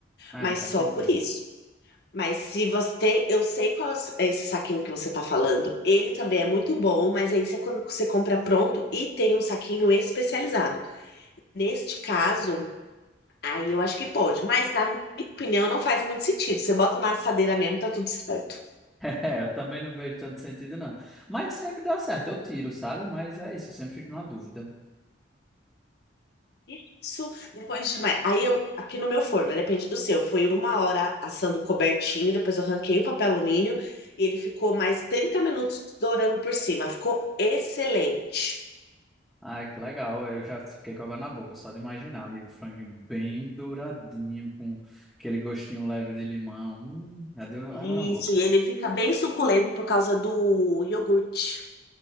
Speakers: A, in the centre; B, on the left.
A: Ah,
B: Mas
A: é, faz
B: só
A: sentido.
B: por isso.
A: <laughs>
B: Mas se você tem, eu sei qual é esse saquinho que você tá falando. Ele também é muito bom, mas aí você, quando você compra pronto e tem um saquinho especializado. Neste caso, Aí eu acho que pode, mas na minha opinião não faz muito sentido. Você bota na assadeira mesmo, tá tudo certo.
A: É, eu também não vejo tanto sentido, não. Mas sempre dá certo, eu tiro, sabe? Mas é isso, eu sempre fico na dúvida.
B: Isso, depois de mais. Aí eu, aqui no meu forno, né, depende do seu, foi uma hora assando cobertinho, depois eu arranquei o papel alumínio e ele ficou mais 30 minutos dourando por cima. Ficou excelente.
A: Ai, que legal. Eu já fiquei com água na boca, só de imaginar ali o franguinho bem douradinho, com aquele gostinho leve de limão. Hum, já deu
B: Isso,
A: água na boca.
B: e ele fica bem suculento por causa do iogurte.